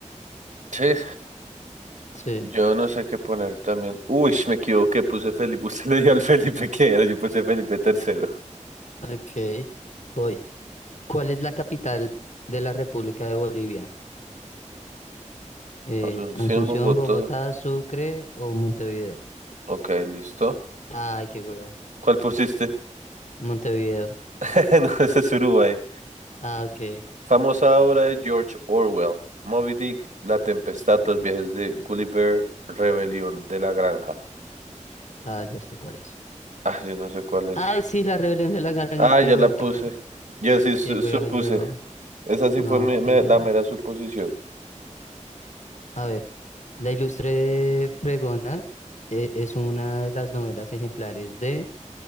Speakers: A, on the right (about 70°); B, on the left (about 65°).
A: Sí,
B: Sí.
A: yo no sé qué poner también. Uy, me equivoqué, puse Felipe. <laughs> Usted le dio al Felipe que era, yo puse Felipe tercero.
B: Ok. Voy. ¿Cuál es la capital de la República de Bolivia? Eh,
A: Asunción,
B: Asunción,
A: Bogotá.
B: Bogotá, Sucre o Montevideo.
A: Ok, listo.
B: Ay, qué hueva.
A: ¿Cuál pusiste?
B: Montevideo.
A: <laughs> No, ese es Uruguay.
B: Ah, ok.
A: Famosa obra de George Orwell. Moby Dick, La Tempestad, Los viajes de Gulliver, Rebelión de la Granja.
B: Ah, ya sé cuál es.
A: Ah, yo no sé cuál es.
B: Ay, sí, la rebelión de la garganta.
A: Ah,
B: Qué
A: ya
B: hueva,
A: la puse.
B: qué hueva.
A: Yo sí su-
B: Qué hueva
A: supuse.
B: yo.
A: Esa sí
B: No,
A: fue mi-
B: qué
A: me-
B: hueva
A: la
B: yo.
A: mera suposición.
B: A ver, La Ilustre Fregona eh, es una de las novelas ejemplares de